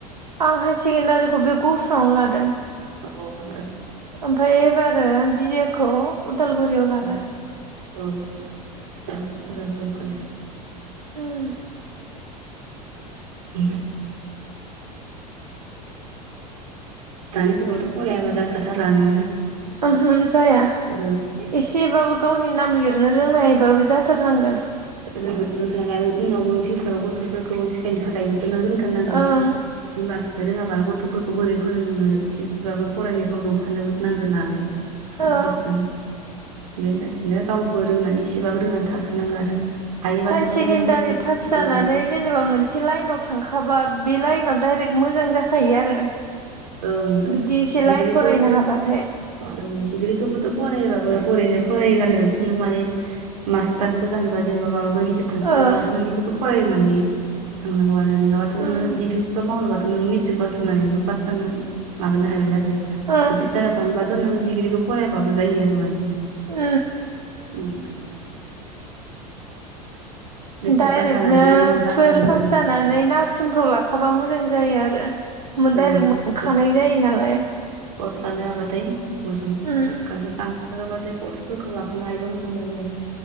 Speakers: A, on the right; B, on the right.
A: आं हाइ सेकेण्डारिखौ बे गुफुरावनो लादों।
B: औ ओं
A: ओमफ्राय एबारो बिए खौ उदालगुरियाव लाबाय।
B: ओं औ अदालगुरि कलेस
A: उम
B: उम! दानि जुगावथ' फरायाबा जाखाथारला ना
A: उहु जाया
B: ओ
A: एसेबाबो गावनि नाम लिरनो रोंनायबाबो जाथारनांगोन
B: ओ रोंगोन रोंथारनांगो आरो उनावबो फिउचाराव गथ'फोरखौ सिखायनो थाखायबो खौनो रोंथारनांगौ
A: ओं
B: बिमा बिफाया रोङाबानो गथ'फोरखौ बोरै फोरोंनो इसेबाबो फरायनायफ्राव जबफानोबो नांगोन नालाय गथ'फोरजों
A: औ
B: बेनो गावबो रोंनानै इसेबाबो रोंनानै थाथारनांगौ आरो हायोबाथ'
A: हाय
B: नोङो
A: सेकेण्डारि
B: मेट्रिक
A: पास जानानै
B: औ
A: जेनेबा मोनसे लाइनाव थांखाबा बे लाइनाव डाइरेक मोजां जाखायो आरो
B: ओं
A: बिदि इसे लाइन
B: डिग्रिखौ
A: फरायनो हाबाथाय
B: ओं डिग्रिखौबोथ' फरायबाबो बोरैनो फरायगारनाय बायदि नों माने मास्टारफोर जानबा जेनेबा माबाफोर गिदिर थांखि
A: ओं
B: दंबासो नों बेखौ फराय होननानै थांनांगौ आरो नोङाबाथ' नोङो
A: ओं
B: दिफेन्सआव मावनोबाथ' नों मेट्रिक पास होननानैबो पास जोङो माबानो हायो आरो
A: ओं
B: डिफेन्स लाइनाव थांनोबाथ' नोङो डिग्रिखौ फरायाबाबो जायो आरो माने
A: ओ
B: उम मेट्रिक
A: डाइरेक्टनो
B: पास जानानैबो जों जानो
A: टुवेल्भ
B: हायो
A: पास जानो नै नार्सिंफोर लाखाबा मोजां जायो आरो मोन
B: ओं
A: डायरेक्ट मोनखानाय
B: औ कर्स
A: जायो नालाय
B: कर्स लानो हाबाथाय मोजां <unintelligible>
A: उम
B: फोरखौ लाफानो हायोबा मोजां जायो आरोस